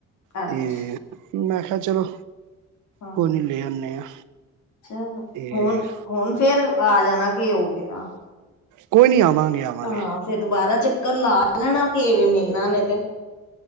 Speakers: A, on the left; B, on the right.
A: ਅੱਛਾ
B: ਤੇ ਮੈਂ ਕਿਹਾਿਆ ਚਲੋ
A: ਹਾਂ।
B: ਕੋਈ ਨੀ ਲੈ ਆਨੇ ਆ
A: ਚਲੋ
B: ਤੇ
A: ਹੁਣ ਹੁਣ ਫੇਰ ਆ ਜਾਣਾ ਕਿ ਹੋ ਗਿਆ
B: ਕੋਈ ਨੀ ਆਵਾਂਗੇ। ਆਵਾਂਗੇ
A: ਹਾਂ ਫੇਰ ਦੁਬਾਰਾ ਚੱਕਰ ਲਾ ਲੈਣਾ ਕਿਵੇਂ ਮਿਲਣਾ ਨੇ ਤੇ